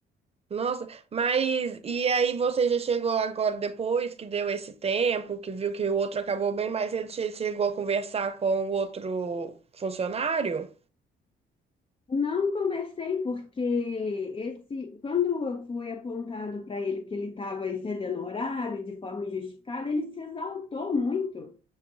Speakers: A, on the right; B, on the left.
A: Nossa, mas e aí você já chegou agora, depois que deu esse tempo, que viu que o outro acabou bem mais cedo, você chegou a conversar com o outro funcionário?
B: Não conversei porque esse, quando foi apontado para ele que ele estava excedendo o horário de forma injustificada, ele se exaltou muito.